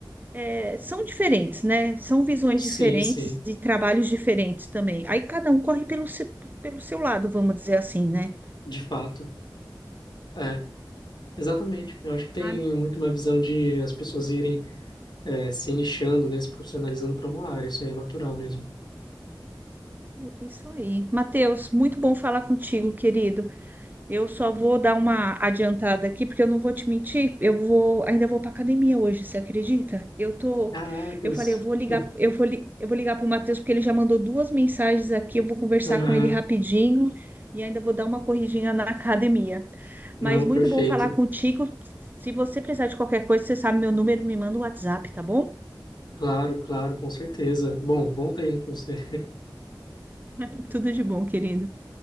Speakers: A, on the right (about 25°); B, on the left (about 65°).
A: é, são diferentes, né? São visões
B: Sim,
A: diferentes
B: sim.
A: e trabalhos diferentes também. Aí cada um corre pelo, se- pelo seu lado, vamos dizer assim, né?
B: De fato. É. Exatamente. Eu acho que tem
A: Ah,
B: muito uma visão de as pessoas irem eh, se nichando, né, se profissionalizando para uma área. Isso aí é natural mesmo.
A: é isso aí. Matheus, muito bom falar contigo, querido. Eu só vou dar uma adiantada aqui, porque eu não vou te mentir. Eu vou, ainda vou para academia hoje, você acredita? Eu tô,
B: Caracas.
A: eu falei, eu vou ligar,
B: <laughs>
A: eu vou, li- eu vou ligar para o Matheus, porque ele já mandou duas mensagens aqui. Eu vou conversar
B: Aham.
A: com ele rapidinho e ainda vou dar uma corridinha na academia.
B: Não,
A: Mas muito
B: perfeito.
A: bom falar contigo. Se você precisar de qualquer coisa, você sabe meu número, me manda um WhatsApp, tá bom?
B: Claro, claro, com certeza. Bom, bom treino para você.
A: <laughs> Tudo de bom, querido.